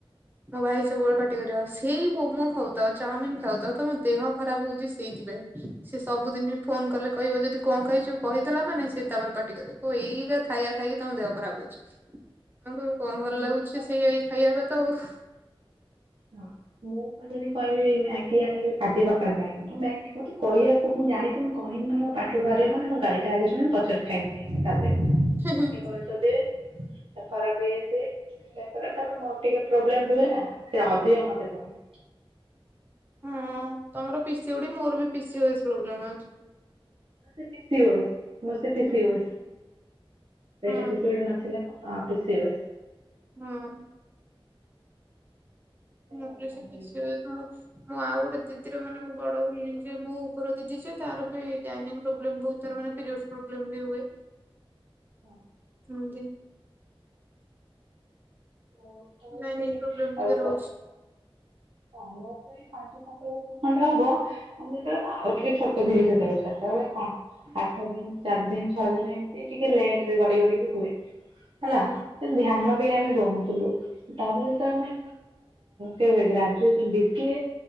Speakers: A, on the right (about 20°); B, on the right (about 70°).
A: ମ ଭାଇ ସବୁବେଳେ ପାଟି କରିବ ସେଇ ମୋମୋ ଖାଉଥାଅ ଚାଉମିିନ୍ ଖାଉଥାଅ ତମ ଦେହ ଖରାପ୍ ହଉଚି ସେଇଥିପାଇଁ ସେ ସବୁଦିନି ଫୋନ୍ କଲେ କହିବ ଯଦି କଣ ଖାଇଚୁ କହିଦେଲା ମାନେ ସେ ତାପରେ ପାଟି କରିିବ ଏଇରା ଖାଇବା ଖାଇକି ତମ ଦେହ ଖରାପ ହଉଚି। ଆମକୁ କଣ ଭଲ୍
B: ମୁଁ
A: ଲାଗୁଚି
B: କହିଲି ହଁ ମତେ ଭୋକ କଲାଣି। ମୁଁ ପା
A: ସେଇ ଏଇ ଖାଇବାକୁ ତ ଆଉ।
B: ହଁ ମୋ ପାଇଁ ଯଦି କହିବି ମ୍ୟାଗି ଆଣିବ ଆଜି ସକାଳେ ମ୍ୟାଗି ମୁଁ ମ୍ୟାଗି -ମତେ କହିବାକୁ ମୁଁ ଜାଣିଚି ମୁଁ କହିବି ମାନେ ମୋ ପାଟିରୁ ବାହାରିବ ମାନେ ମୁଁ ଗାଳିଟା ଆଗେ ଶୁଣିିବି ପ ଛ ରେ ଖାଇବି ଯାଇଁ <unintelligible>
A: ହିଁ।
B: ଆଗେ ବହେ ସୋଦିବେ <unintelligible> ତାପରେ -ତାପରେ ମୋର ଟିକେ ପ୍ରୋବ୍ଲେମ ରୁହେ ନା। ସେ ଅଧିକ ମତେ କୁହନ୍ତି।
A: ହଁ ତମର ପିସି ଉଡି ମୋର ବି ପିସି ଓସି ପ୍ରୋବ୍ଲେମ୍ ଅଛି।
B: <unintelligible> ପିସିଓଏସ୍ ମୋର ସେ ପିଶିଓଏସ୍।
A: ହୁଁ
B: ସେଇଟା
A: ହଁ
B: ପିସି ଓଡ଼ି ନଥିଲା ଆ- ପିସିଓଏସ୍।
A: ହଁ। <unintelligible>
B: ଆଉ
A: ମୁଁ ଆଉ
B: କଣ କରିବି
A: ଗୋଟେ ଦିଦିର ମାନେ ମୁ ବଡ ଭଉଣୀ ଯିଏ ମୋ ଉପର ଦିଦି ସିଏ ତାର ବି ଗାଇନିକ୍ ପ୍ରୋବ୍ଲେମ୍ ବହୁତ୍ ମାନେ ତାର ମାନେ ପିରିୟଡ଼ସ୍ ପ୍ରୋବ୍ଲେମ୍ ବି ହୁଏ
B: ହଁ
A: ହେନ୍ତି।
B: <unintelligible>
A: ଲାଇନିଂ ପ୍ରୋବ୍ଲେମ ଟିକେ ରହୁଛି
B: ତମର ତ ଏଇ ପାଞ୍ଚ ସାତ ବର୍ଷ ଖଣ୍ଡେ ହବ ଆ ମୋର୍ ଆଉ ଟିକେ ଛୋଟ ଥିଲି ସେତେବେଳେ ସେତେବେଳେ କଣ ଆଠ ଦିନ ଚାରି ଦିନ ଛଅ ଦିନ ଏମିତି ଟିକେ ଲେଟ ରେ ଗଡି ଗଡିିକି ହୁଏ।
A: ହୁଁ
B: ହେଲା ଧ୍ୟାନ
A: ହୁଁ
B: ବି ଆମେ ଦଉନଥିଲୁ। ତାପରେ ତ ଯେତେବେଳେ ଆମେ କେବେ ଗ୍ରା <unintelligible>